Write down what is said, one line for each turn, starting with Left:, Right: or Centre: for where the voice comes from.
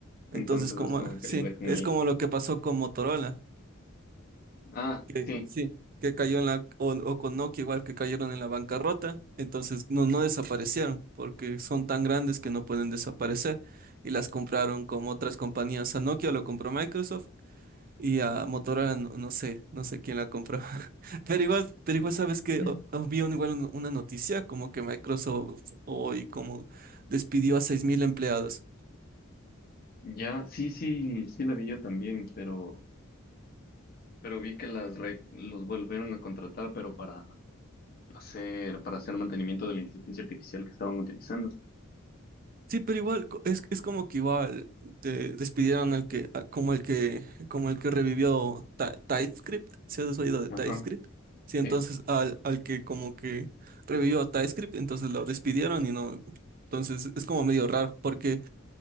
Right: Entonces,
Left: Entonces
Right: como,
Left: es como
Right: <laughs>
Left: que
Right: sí,
Left: lo dejan
Right: es
Left: ahí.
Right: como lo que pasó con Motorola,
Left: Ah,
Right: que
Left: sí.
Right: sí, que cayó en la, o, o con Nokia igual que cayeron en la bancarrota. Entonces, no, no desaparecieron porque son tan grandes que no pueden desaparecer. Y las compraron como otras compañías. A Nokia lo compró Microsoft Y a Motorola no, no sé, no sé quién la compró. <laughs> Pero igual, pero igual sabes que
Left: <laughs>
Right: o- había un- igual un- una noticia como que Microsoft hoy como despidió a 6.000 empleados.
Left: Ya, sí, sí, sí la vi yo también, pero, pero vi que las re- los volvieron a contratar, pero para hacer, para hacer mantenimiento de la inteligencia artificial que estaban utilizando.
Right: Sí, pero igual co- es, es como que igual de- despidieron al que a- como el que como el que revivió Ty- TypeScript, si has oído de
Left: Ajá,
Right: TypeScript. Sí, entonces
Left: sí,
Right: al, al que como que revivió a TypeScript, entonces lo despidieron y no, entonces es como medio raro porque